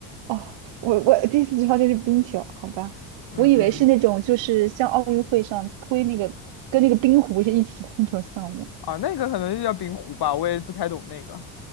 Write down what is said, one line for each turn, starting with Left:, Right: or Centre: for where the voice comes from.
Right: 哦，我我第一次知道这是冰球，好吧。
Left: 嗯嗯，
Right: 我以为是那种就是像奥运会上推那个跟那个冰壶是一起的那种项目。
Left: 啊，那个可能就叫冰壶吧，我也不太懂那个。